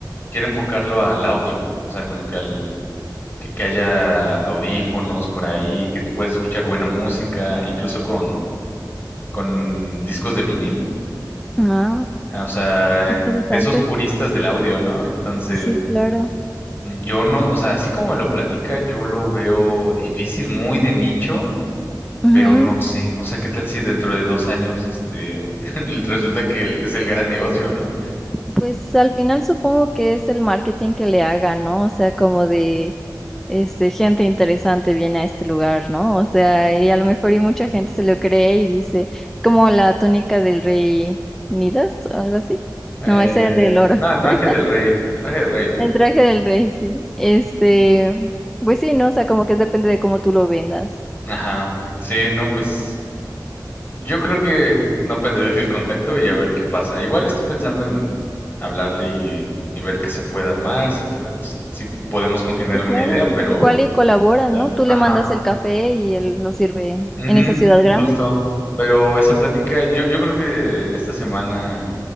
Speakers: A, on the left; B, in the centre.
A: quiere enfocarlo al audio, o sea, como que al... Que, que haya audífonos por ahí, que tú puedas escuchar buena música, incluso con, con discos de vinil
B: Ah,
A: Ah, O sea,
B: interesante.
A: de esos puristas del audio, ¿no? Entonces,
B: Sí, claro.
A: mm, yo no, o sea, así como me lo platica, yo lo veo difícil, muy de nicho,
B: Ujú,
A: pero no sé, o sea, ¿qué tal si dentro de dos años, este, <laughs> resulta que es el gran negocio, ¿no?
B: Pues al final supongo que es el marketing que le haga, ¿no? O sea, como de este gente interesante viene a este lugar, ¿no? O sea, y a lo mejor y mucha gente se lo cree y dice, es como la túnica del rey Midas o algo así.
A: Eh,
B: No, ese era el del oro.
A: no, el traje
B: <laughs>
A: del rey, el traje del rey, ¿no?
B: El traje del rey, sí. Este, pues sí, ¿no? O sea, como que depende de cómo tú lo vendas.
A: Ajá, sí, no, pues yo creo que no perder el contacto y a ver qué pasa. Igual estoy pensando en hablarle y, y ver qué se puede armar, si, te- si podemos congeniar
B: Sí,
A: alguna
B: claro.
A: idea, pero...
B: Igual y colaboran,
A: ¿Quién sabe?
B: ¿no? Tú
A: Ajá.
B: le mandas el café y él lo sirve
A: Ujú,
B: en esa ciudad
A: justo.
B: grande.
A: Pero esa plática, yo, yo creo que en esta semana